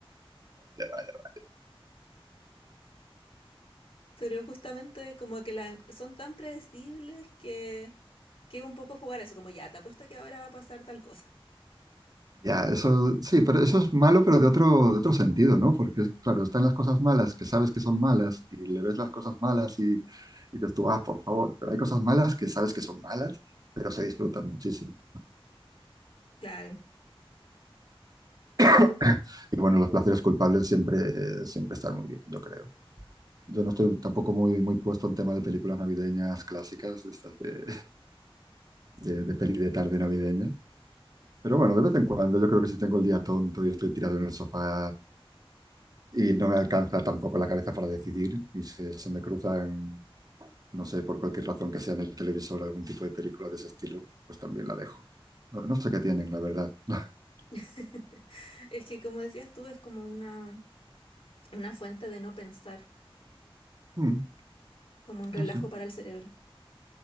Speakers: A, on the right (about 40°); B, on the left (about 65°).
A: Vale, vale.
B: Pero justamente como que la- son tan predecibles que, que un poco jugar a eso, como ya, te apuesto que ahora va a pasar tal cosa.
A: Ya, eso sí, pero eso es malo, pero de otro, de otro sentido, ¿no? Porque, claro, están las cosas malas que sabes que son malas y le ves las cosas malas y, y dices tú, ah, por favor, pero hay cosas malas que sabes que son malas, pero se disfrutan muchísimo.
B: Claro.
A: <coughs> Y bueno, los placeres culpables siempre, siempre están muy bien, yo creo. Yo no estoy tampoco muy, muy puesto en tema de películas navideñas clásicas, de estas de, de, de peli de tarde navideña. Pero bueno, de vez en cuando yo creo que si tengo el día tonto y estoy tirado en el sofá y no me alcanza tampoco la cabeza para decidir y se, se me cruzan, no sé, por cualquier razón que sea en el televisor algún tipo de película de ese estilo, pues también la dejo. No, no sé qué tienen, la verdad. <laughs>
B: <laughs> Es que como decías tú, es como una, una fuente de no pensar,
A: Mm,
B: como un relajo
A: No sé,
B: para el cerebro.